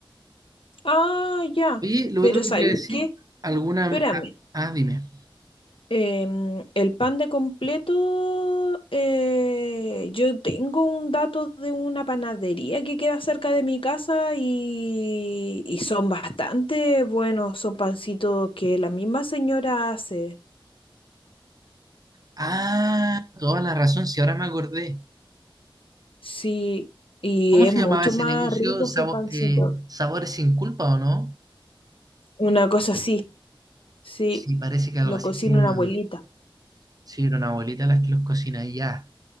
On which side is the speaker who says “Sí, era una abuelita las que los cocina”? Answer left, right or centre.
Right